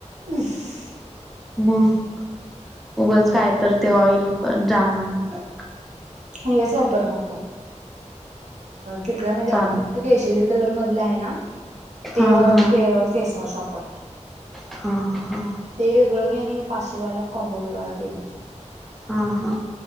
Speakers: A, on the right; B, in the centre.
A: हम्म म
B: मग उगच काय तर ते ऑइल पण जाणार र
A: मी हेच वापर मग ते ओ तिथल्या मध्ये
B: चालू
A: ती केशरी कलर मधला आहे ना तेव्हावाला
B: हा हा
A: फेअर फेसवॉश वापर
B: हा हा
A: ते वेगळं घे आणि पाचशेवाला कमबोविग देना
B: हा हा